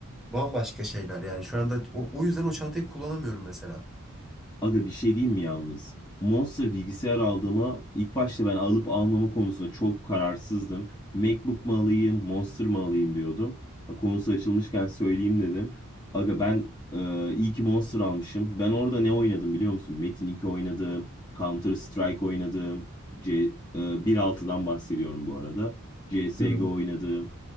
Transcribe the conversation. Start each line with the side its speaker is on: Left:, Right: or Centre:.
Centre: bambaşka şeyler yani şu anda o, o yüzden o çantayı kullanamıyorum mesela.
Left: Aga bir şey diyeyim mi yalnız? Monster bilgisayar aldığıma ilk başta ben alıp almama konusunda çok kararsızdım. MacBook mu alayım, Monster mı alayım diyordum. Ha, Konusu açılmışken söyleyeyim dedim. Aga ben e, iyi ki Monster almışım. Ben orada ne oynadım biliyor musun? Metin iki oynadım, Counter Strike oynadım, C, e, 1.6'dan bahsediyorum bu arada. CSGO
Centre: Hı hı.
Left: oynadım,